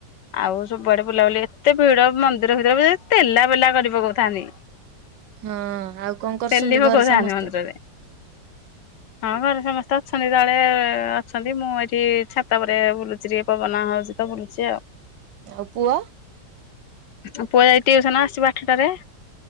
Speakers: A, on the left (about 75°); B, on the right (about 90°).
A: ଆଉ ସବୁଆଡେ ବୁଲାବୁଲି ଏତେ ଭିଡ ମନ୍ଦିର ଭିତରେ ବତେଲା ଖାଲକରି ପକୁଥାନ୍ତି
B: ହଁ ଆଉ କଣ କରୁଛନ୍ତି
A: ତେଲି ପକଉଥାନ୍ତି
B: ଘରେ ସମସ୍ତେ।
A: ମନ୍ଦିରରେ। ହଁ ଘରେ ସମସ୍ତେ ଅଛନ୍ତି ତଳେ ଅଛନ୍ତି ମୁଁ ଏଠି ଛାତା ପରେ ବୁଲୁ କଚ୍ରରିଏ ପବନା ହେଉଛି ତ ବୁଲୁଛି ଆଉ।
B: ଆଉ ପୁଆ
A: ଆ ପୁ ଯାଇ ଟିଉସନ ଆସିବ ଆଠଟାରେ